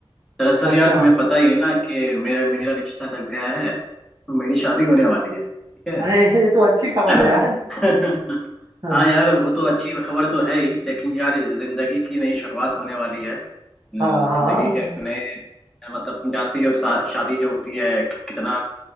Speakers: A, in the centre; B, on the right (about 45°).
A: दरअसल
B: अच्छा
A: यार तुम्हें पता ही है ना कि मेरा मेरा रिश्ता लग गया है तो मेरी शादी होने वाली है ठीक है
B: अरे ये तो अच्छी खबर
A: <clears throat>
B: है यार
A: <laughs>
B: हाँ
A: हाँ यार वो तो अच्छी खबर तो है ही लेकिन यार जिंदगी की नई शुरुआत होने वाली है हम्म,
B: हाँ हाँ
A: जिंदगी के नए मतलब तुम जानती हो शा- शादी जो होती है कि- कितना